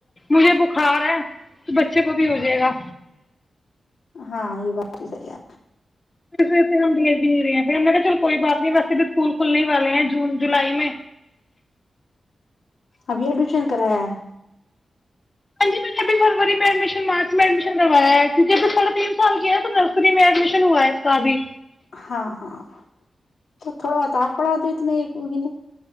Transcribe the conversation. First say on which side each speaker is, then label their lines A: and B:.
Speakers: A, on the left; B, on the left.
A: مجھے بخار ہے تو بچے کو بھی ہو جائے گا
B: ہاں یہ بات بھی صحیح ہے
A: ہم بھیج بھی نہیں رہے ہیں پھر ہم نے کہا چل کوئی بات نہیں ویسے بھی اسکول کھلنے والے ہیں جون جولائی میں
B: ابھی ایڈمیشن کرایا ہے
A: ہاں جی میں نے ابھی فروری میں ایڈمیشن مارچ میں ایڈمیشن کروایا ہے کیوکہ ابھی ساڑھے تین سال کیا ہے تو نرسری میں ایڈمیشن ہوا ہے اس کا ابھی
B: ہاں ہاں تو تھوڑا بتا پڑا دو اتنے ایک مہینے